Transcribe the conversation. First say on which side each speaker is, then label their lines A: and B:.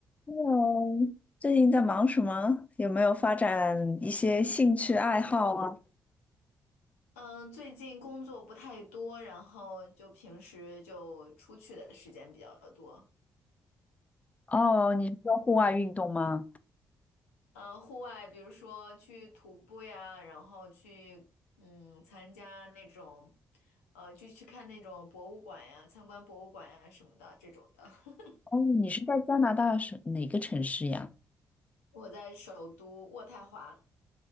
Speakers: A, on the left; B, on the left.
A: Hello，最近在忙什么？有没有发展一些兴趣爱好啊？
B: 嗯，最近工作不太多，然后就平时就出去的时间比较多。
A: 哦，你是说户外运动吗？
B: 呃，户外，比如说去徒步呀，然后去嗯参加那种，呃，就去看那种博物馆呀，参观博物馆呀什么的这种的。<laughs>
A: 哦，你是在加拿大是哪个城市呀？
B: 我在首都渥太华，